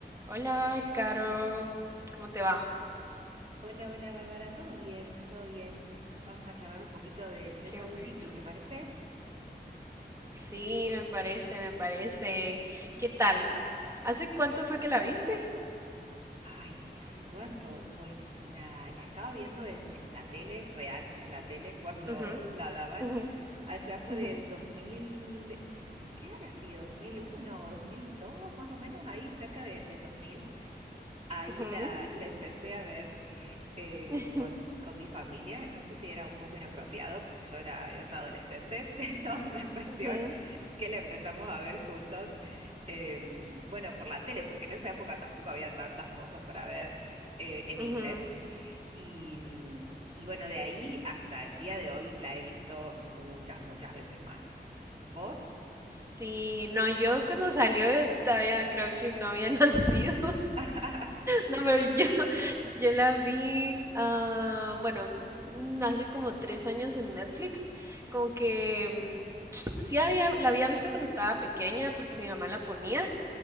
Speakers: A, on the right; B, on the right.
A: Hola, Caro, ¿cómo te va?
B: Hola, hola Bárbara, ¿todo bien? ¿Todo bien? Vamos a charlar un poquito de Sex
A: Qué
B: and
A: bueno.
B: the City, ¿te parece?
A: Sí, me parece, me parece. ¿Qué tal? ¿Hace cuánto fue que la viste?
B: Ay, ¿hace cuánto? Pues la, la estaba viendo en, en la tele, real, en la tele, <laughs> cuando
A: Ujú,
B: la daban,
A: ujú,
B: allá por
A: ujú,
B: el dos mil ¿qué habrá sido? ¿2001 o dos Más o menos ahí, cerca de- del dos mil Ahí
A: ujú,
B: la, la empecé a ver. eh,
A: <laughs>
B: con, con mi familia. No sé si era un poco inapropiado porque yo era, era una adolescente, <laughs> pero la cuestión
A: ujú,
B: que la empezamos a ver juntos, em, bueno, por la tele, porque en esa época tampoco había tantas cosas para ver eh, en
A: ujú.
B: inglés. Y, mm, y bueno, de ahí hasta el día de hoy la he visto muchas, muchas veces más. ¿Vos?
A: Sí, no, yo cuando salió eh, todavía creo que no había <laughs> nacido.
B: <laughs>
A: No, pero yo, yo la vi, ah, bueno, mm, hace como tres años en Netflix. Como que mm, sí había, la había visto cuando estaba pequeña porque mi mamá la ponía.